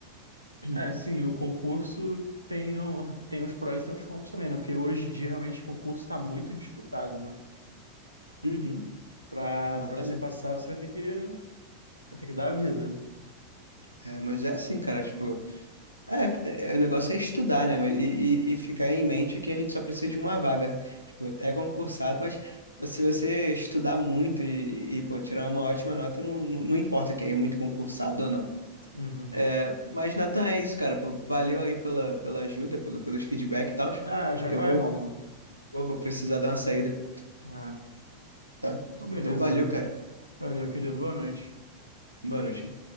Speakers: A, on the left (about 85°); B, on the right (about 90°).
A: <clears throat>
B: É, sim, o concurso tem, o- tem os prós e tem os contras também, né? Porque hoje em dia, realmente, o concurso está muito disputado, né?
A: Uhum,
B: Para
A: ah,
B: para
A: tá
B: você
A: mesmo.
B: passar, você vai ter que, vai ter que dar a vida.
A: É, mas é assim, cara, tipo. É, é, o negócio é estudar, né? Mas- E, e, e ficar em mente que a gente só precisa de uma vaga. Tipo, é concursado, mas se você estudar muito e, e, pô, tirar uma ótima nota, não, não, não importa que é muito concursado ou não.
B: Uhum.
A: É, mas, Nathan, é isso, cara. Pô, valeu aí pela, pela ajuda, pelo, pelos feedback e tal.
B: Ah, já
A: Eu
B: vai,
A: vou,
B: Romulo?
A: vou, vou precisar dar uma saída,
B: Ah,
A: tá?
B: então beleza,
A: Então, valeu,
B: meu.
A: cara.
B: Valeu, querido. Boa noite.
A: Boa noite.